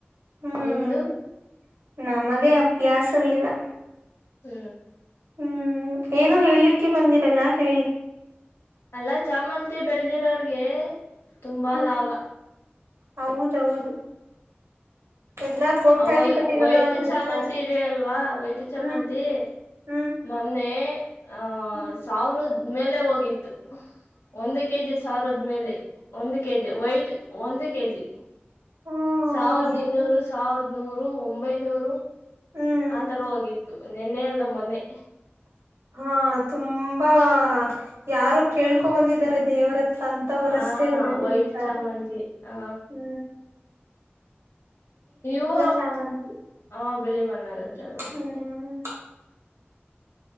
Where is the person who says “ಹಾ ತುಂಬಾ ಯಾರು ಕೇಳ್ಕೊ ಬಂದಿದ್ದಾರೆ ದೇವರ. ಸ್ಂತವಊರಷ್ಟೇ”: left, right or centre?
Right